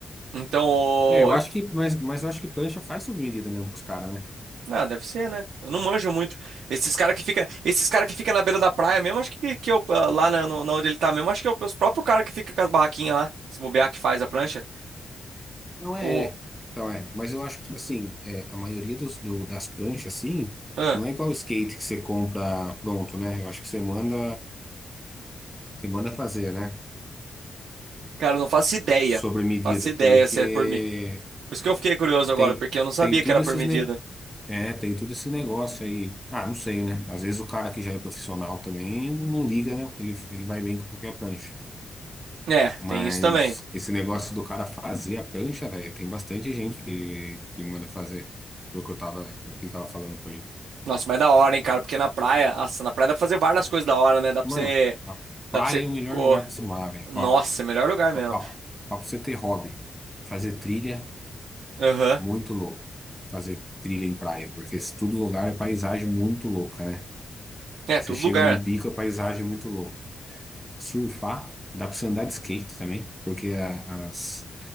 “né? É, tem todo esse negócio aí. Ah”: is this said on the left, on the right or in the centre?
Centre